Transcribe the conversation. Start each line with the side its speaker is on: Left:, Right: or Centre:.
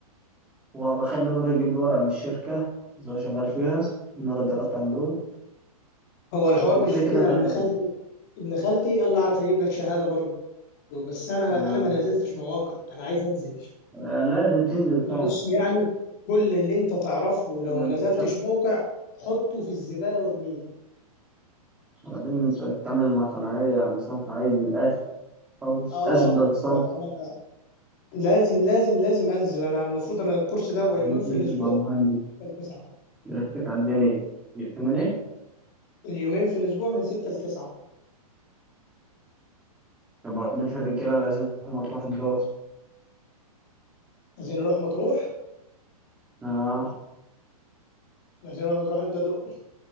Centre: وبخلي نور يجيب لي ورقة من الشركة اللي هو شغال فيها إن أنا اتدربت عندهم
Left: هو الحوار
Centre: وكده
Left: مش في
Centre: كده
Left: كده
Centre: أنا
Left: انا ابن خالتي ابن خالتي قال لي اعرف اجيب لك شهاده برضه بس انا
Centre: آه،
Left: انا ما نزلتش مواقع انا عايز انزل
Centre: آه، لازم تنزل فعلا
Left: معلش يعني كل اللي انت تعرفه لو
Centre: لازم
Left: ما نزلتش
Centre: تتشرف
Left: موقع حطه في الزباله وارميه
Centre: وبعدين أنت بتتعامل مع صناعية يعني صنف عايز الأكل أو
Left: اه
Centre: أشبه صنف
Left: فانا لازم لازم لازم انزل انا المفروض انا الكورس ده هو
Centre: لازم
Left: يومين في
Centre: تنزل
Left: الاسبوع
Centre: مع مهندس
Left: من 6 ل 9
Centre: يرتب على الدنيا يأمن
Left: اليومين في الاسبوع من 6 ل 9
Centre: برضه في الرجالة لازم ما تروح الدور
Left: عايزين نروح مطروح
Centre: آه
Left: عايزين نروح مطروح انت دو